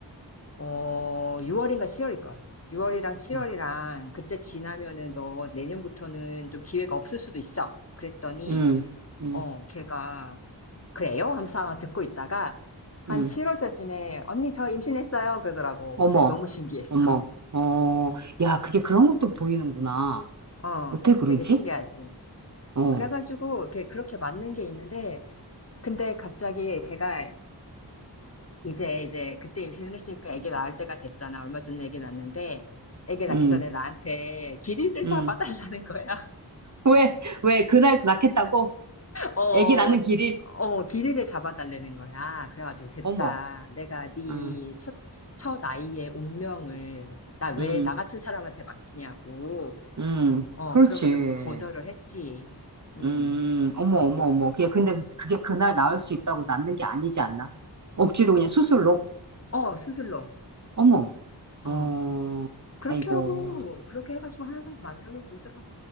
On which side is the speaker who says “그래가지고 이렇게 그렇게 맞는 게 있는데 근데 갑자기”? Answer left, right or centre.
Left